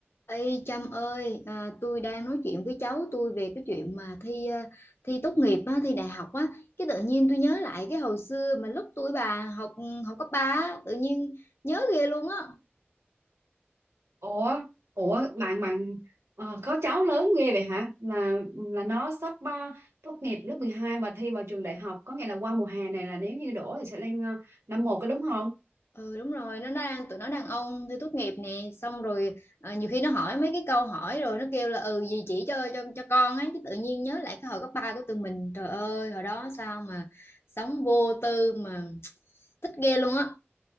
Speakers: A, on the left; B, on the right.
A: Ê Trâm ơi, à, tôi đang nói chuyện với cháu tôi về cái chuyện mà thi ờ, thi tốt nghiệp á, thi đại học á, cái tự nhiên tôi nhớ lại cái hồi xưa mà lúc tuổi bà học học cấp 3, á, tự nhiên nhớ ghê luôn á.
B: Ủa, ủa bạn bạn ờ, có cháu lớn ghê vậy hả? Là là nó sắp ờ, tốt nghiệp lớp 12 và thi vào trường đại học, có nghĩa là qua mùa hè này là nếu như đổ thì sẽ lên ờ, năm một có đúng không?
A: Ừ đúng rồi, nó đang tụi nó đàn ông thi tốt nghiệp nè, xong rồi ờ, nhiều khi nó hỏi mấy cái câu hỏi rồi nó kêu là ừ gì chỉ cho cho cho con ấy, cái tự nhiên nhớ lại cái hồi cấp 3 của tụi mình, trời ơi, hồi đó sao mà sống vô tư mà <tsk> thích ghê luôn á.